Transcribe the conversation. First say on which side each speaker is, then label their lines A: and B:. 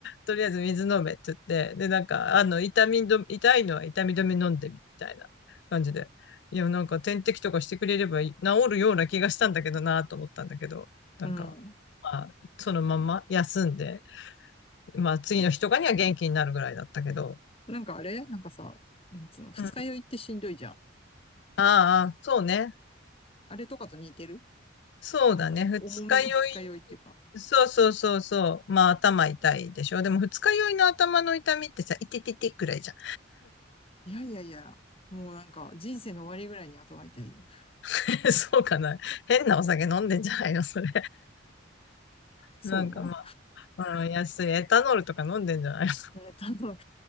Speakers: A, on the left (about 60°); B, on the left (about 30°).
A: とりあえず水飲めって言って、で、なんか、あの、痛み止め、痛いのは痛み止め飲んでみたいな感じで。いや、なんか点滴とかしてくれればいい治るような気がしたんだけどなと思ったんだけど。なんか、
B: うん。
A: まあ、そのまま休んで、まあ、次の日とかには元気になるぐらいだったけど、
B: なんかあれなんかさ、なんつうの、二日酔いってしんどいじゃん。
A: うんああ、そうね。
B: あれとかと似てる
A: そうだね。
B: なんか、
A: 二日酔
B: 重めの二日酔いっていうか。
A: い、そうそうそうそう。まあ、頭痛いでしょ。でも、二日酔いの頭の痛みってさ、いてててくらいじゃん。
B: いやいやいや、もうなんか、人生の終わりぐらいに頭痛いよ。
A: <laughs> そうかな。変なお酒飲んでんじゃないの、それ。
B: そ
A: なんかまあ、あの、安いエタノールとか飲んでんじゃない
B: うえっと、あの、